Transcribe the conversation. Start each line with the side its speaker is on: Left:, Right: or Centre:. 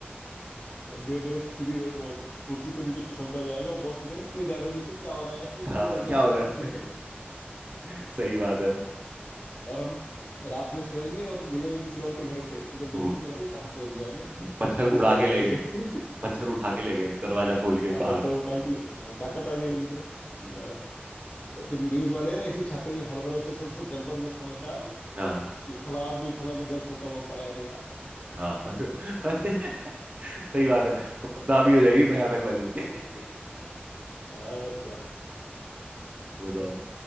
Left: और धीरे धीरे सीरीज वो कुर्सी से नीचे फिसलता जाएगा और बॉस पूछेगा "अरे क्यों जा रहे हो नीचे क्या हो रहा है <laughs>
Right: हाँ
Left: नहीं सर नहीं
Right: क्या
Left: सर
Right: हो रहा
Left: सब ठीक
Right: है <laughs> सही बात है
Left: और हम रात में सोएंगे और मिलेंगे किसी और के घर पे जब
Right: वो-
Left: नींद खुलेगी अरे कहाँ पहुंच गया मैं ये
Right: मच्छर
Left: किसका
Right: उड़ा
Left: घर
Right: के ले
Left: है
Right: गए
Left: ये <laughs>
Right: मच्छर उठा के ले गए दरवाजा खोल
Left: हाँ
Right: के बाहर
Left: बच्चा उठा के ले- हाँ, ताकत आ गई उनको हाँ,
Right: हम्म।
Left: और फिर न्यूज वाले ऐसे ही छापेंगे हर वाले स्टेशन से गड़बड़ में समाचार
Right: हाँ
Left: कि फला आदमी फला के घर सोता हुआ पाया गया
Right: हाँ <laughs> सही बात है वो बदनामी हो जाएगी भयानक वाली <laughs>
Left: हाँ और क्या
Right: बताओ